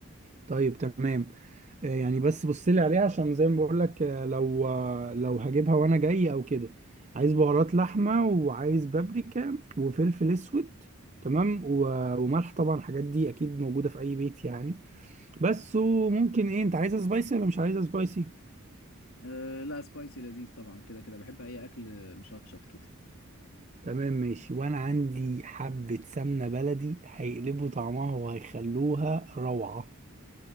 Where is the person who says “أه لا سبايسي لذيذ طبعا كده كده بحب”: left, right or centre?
Left